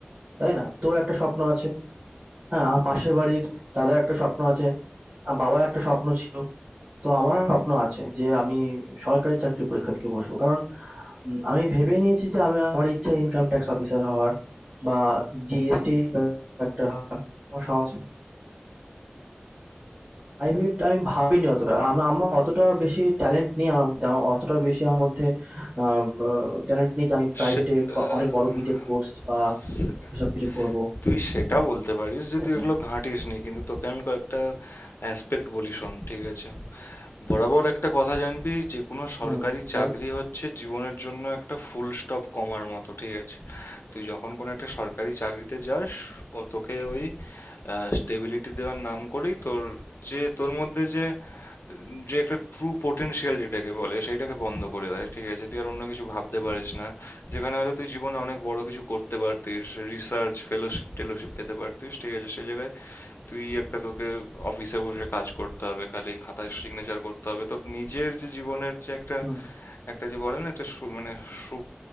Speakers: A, on the right (about 40°); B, on the left (about 75°).
A: তাই না? তোর একটা স্বপ্ন আছে। হ্যাঁ, আমার পাশের বাড়ির দাদার একটা স্বপ্ন আছে। আ বাবার একটা স্বপ্ন ছিল। তো আমারও স্বপ্ন আছে যে আমি সরকারি চাকরির পরীক্ষা দিতে বসবো। কারণ উম আমি ভেবে নিয়েছি যে আমি আমার ইচ্ছা ইনকাম ট্যাক্স অফিসার হওয়ার বা জিএসটি ইন্সপেক্টর হওয়ার আমার শখ আছে। প্রাইভেট আমি ভাবিনি অতটা। আমা আমার অতটা বেশি ট্যালেন্ট নেই আমার মধ্যে। আমার অতটা বেশি আমার মধ্যে আ বা ট্যালেন্ট নেই যে আমি প্রাইভেটে
B: সে-
A: ক
B: আহ,
A: অনেক বড় বিটেক কোর্স বা
B: সে-
A: এসব কিছু করবো।
B: তুই সেটা বলতে পারিস
A: ঠিক
B: যে তুই
A: আছে?
B: এগুলো ঘাঁটিস নি কিন্তু তোকে আমি কয়েকটা অ্যাসপেক্ট বলি শোন ঠিক আছে বরাবর একটা কথা জানবি যে কোনো সরকারি
A: হুম, বল।
B: চাকরি হচ্ছে জীবনের জন্য একটা ফুল স্টপ কমার মতো ঠিক আছে তুই যখন কোনো একটা সরকারি চাকরিতে যাস ও তোকে ওই স্টেবিলিটি দেওয়ার নাম করেই তোর যে তোর মধ্যে যে উম, যে একটা ট্রু পোটেনশিয়াল যেটাকে বলে সেইটাকে বন্ধ করে দেয় ঠিক আছে তুই আর অন্য কিছু ভাবতে পারিস না যেখানে হয়তো তুই জীবনে অনেক বড় কিছু করতে পারতিস রিসার্চ ফেলোশিপ টেলোশিপ পেতে পারতিস ঠিক আছে সেই জায়গায় তুই একটা তোকে অফিসে বসে কাজ করতে হবে খালি খাতায় সিগনেচার করতে হবে তোর নিজের যে জীবনের যে একটা
A: হুম।
B: একটা যে বলে না একটা সু- মানে সুখ